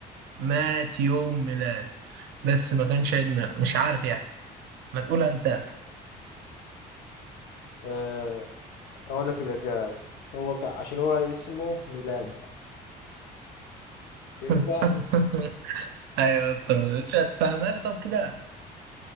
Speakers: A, on the right; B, on the left.
A: مات يوم ميلاد بس ما كانش عيد ميلاد مش عارف يعني ما تقول انت
B: أه اقول لك الاجابه هو كان عشان هو اسمه ميلاد فهمت
A: <laughs> ايوه يا اسطى مش هتفهمها لي طب كده